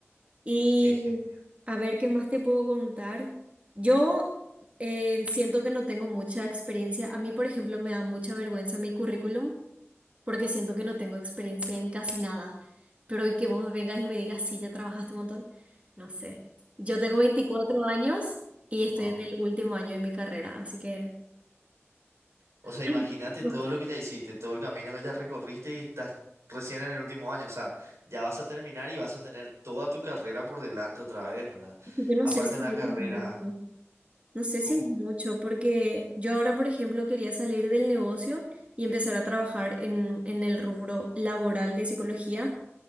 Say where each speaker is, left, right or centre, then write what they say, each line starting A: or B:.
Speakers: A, on the right (about 30°); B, on the right (about 85°).
A: Y
B: qué genial.
A: a ver, ¿qué más te puedo contar? Yo eh, siento que no tengo mucha experiencia. A mí, por ejemplo, me da mucha vergüenza mi currículum porque siento que no tengo experiencia en casi nada. Pero y que vos vengas y me digas, sí, ya trabajaste un montón. No sé. Yo tengo 24 años y estoy
B: Wow.
A: en el último año de mi carrera, así que...
B: O sea, imagínate
A: <gasps> Ay, no,
B: todo lo que ya hiciste, todo el camino que ya recorriste y estás recién en el último año. O sea, ya vas a terminar y vas a tener toda tu carrera por delante otra vez, ¿verdad?
A: yo no
B: Aparte
A: sé si...
B: de una
A: es
B: carrera,
A: mucho. No sé
B: ¿cómo?
A: si es mucho, porque yo ahora, por ejemplo, quería salir del negocio y empezar a trabajar en, en el rubro laboral de psicología